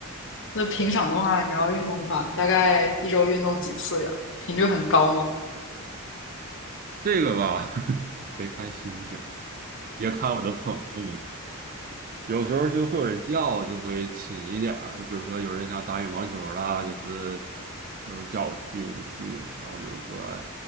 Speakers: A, on the left (about 55°); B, on the right (about 40°).
A: 那平常的话，你要运动的话，你大概一周运动几次呀？频率很高吗？
B: 这个吧，<laughs> 别看心情，也看我的朋友们。有时候就会有人叫，就会勤一点儿。就比如说有人想打羽毛球儿啦，就是就是叫我去我就去。然后比如说